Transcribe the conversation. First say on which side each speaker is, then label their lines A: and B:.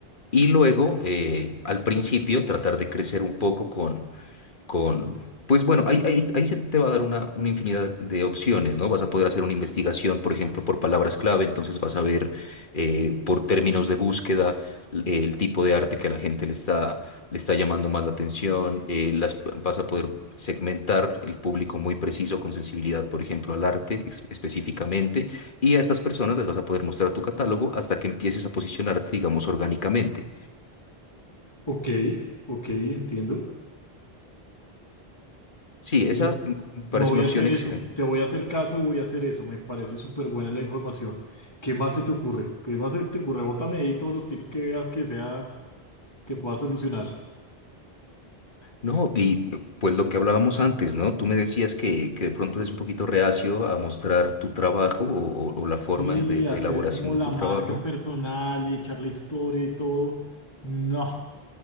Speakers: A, on the left; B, on the left.
A: Y luego, eh, al principio, tratar de crecer un poco con con... Pues bueno, ahí, ahí, ahí se te va a dar una, una infinidad de opciones, ¿no? Vas a poder hacer una investigación, por ejemplo, por palabras clave, entonces vas a ver eh, por términos de búsqueda l- el tipo de arte que a la gente le está, le está llamando más la atención, eh, las, vas a poder segmentar el público muy preciso con sensibilidad, por ejemplo, al arte ex- específicamente, y a estas personas les vas a poder mostrar tu catálogo hasta que empieces a posicionarte, digamos, orgánicamente.
B: Ok, ok, entiendo.
A: Sí,
B: Oye,
A: esa mm,
B: Me
A: parece
B: voy
A: una
B: a
A: opción
B: hacer
A: excelente.
B: eso, te voy a hacer caso, voy a hacer eso. Me parece súper buena la información. ¿Qué más se te ocurre? ¿Qué más se te ocurre? Bótame ahí todos los tips que veas que sea, que pueda solucionar.
A: No, y pues lo que hablábamos antes, ¿no? Tú me decías que, que de pronto eres un poquito reacio a mostrar tu trabajo o, o- o la forma
B: Y
A: de, de
B: hacer
A: elaboración
B: como
A: de
B: la
A: tu
B: marca
A: trabajo.
B: personal y echar la historia y todo. No,